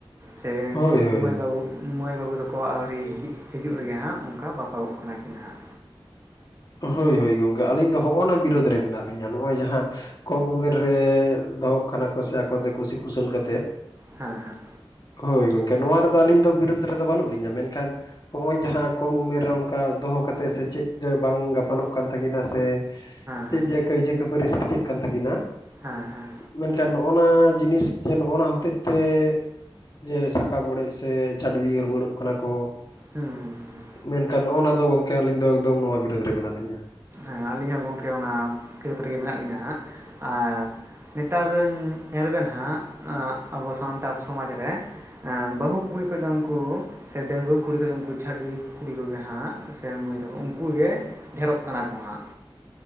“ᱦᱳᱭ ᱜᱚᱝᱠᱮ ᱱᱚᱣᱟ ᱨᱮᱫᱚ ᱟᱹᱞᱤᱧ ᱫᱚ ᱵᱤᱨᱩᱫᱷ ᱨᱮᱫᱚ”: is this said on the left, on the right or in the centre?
Left